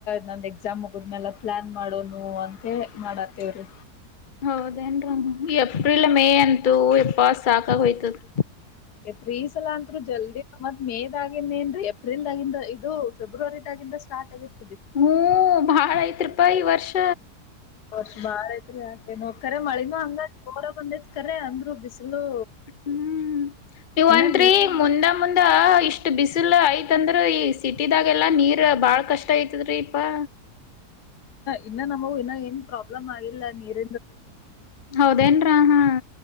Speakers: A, on the left (about 85°); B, on the left (about 35°).
A: ನಂದ ಎಕ್ಸಾಮ್ ಹೋಗದ್ಲ್ಲ ಪ್ಲಾನ್ ಮಾಡೋನು ಅಂತ ಮತ್ತೆ ಮಾಡಾತ್ತವರು
B: ಹೌದೇನ್ರ ಎಏಪ್ರಿಲ್ ಮೇ ಅಂತೂ ಎಪ್ಪ ಸಾಕಾಗ ಹಯ್ತದೆ
A: ತ್ಸಲ ಅಂತ್ರು ಜಲ್ದಿ ಮತ್ ಮೇದಾಗಿದೇಏನ್ ಏಪ್ರಿಲ್ದಾಗಿದ ಇದು ಫೆರವರಿ ಆಾಗಿಂದ ಸ್ಟಾರ್ಟ ಆಗಿತ್ತು
B: ಹೂ ಭಾಳ ಐತ್ರಿಪಾ ಈ ವರ್ಷ
A: ವರ್ಷ್ ಬಾಳ ಐತ್ರಿ ಯಾಕೆ ನೋಕರ ಮಳಿನ ಹಂಗ ಜೋರ ಬಂದೈತ್ ಕರ ಅಂದ್ರು ಬಿಸಿಲು
B: ಹ್ಮ್ ನೀವ್ತ್ರಿ
A: ಇನ್ನ ನೀರ್
B: ಮುಂದ ನ ಮುಂದ ಇಷ್ಟ್ ಬಿಸಿಲು ಆಯ್ತಂದ್ರೆ ಸಿಟಿದಾಗೆಲ್ಲಾ ನೀರ್ ಬಾಳ ಕಷ್ಟ ಐತದ್ರೀ ಇಪ್ಪಾ
A: ಇನ್ನು ನಮಗ ಇನ್ನ ಏನ್ ಪ್ರಾಬ್ಲಮ್ ಆಗಿಲ್ಲ ನೀರ
B: ಹೌದೇನ್ರ ಹಾ